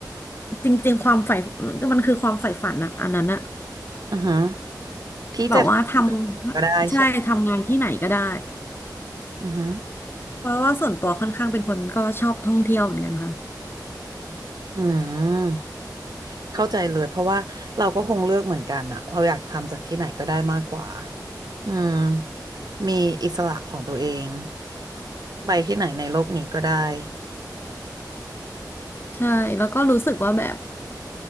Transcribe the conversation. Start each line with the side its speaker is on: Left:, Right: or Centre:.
Left: จริงๆความใฝ่มันมันคือความใฝ่ฝันอะอันนั้นอะ
Right: อือฮึที่จะทำก็ได้ใช่ไหม
Left: แบบว่าทำใช่ทำงานที่ไหนก็ได้
Right: อือฮึ
Left: เพราะว่าส่วนตัวค่อนข้างเป็นคนก็ชอบท่องเที่ยวเหมือนกันค่ะ
Right: อืมเข้าใจเลยเพราะว่าเราก็คงเลือกเหมือนกันอะเราอยากทำจากที่ไหนก็ได้มากกว่าอืมมีอิสระของตัวเองไปที่ไหนในโลกนี้ก็ได้
Left: ใช่แล้วก็รู้สึกว่าแบบ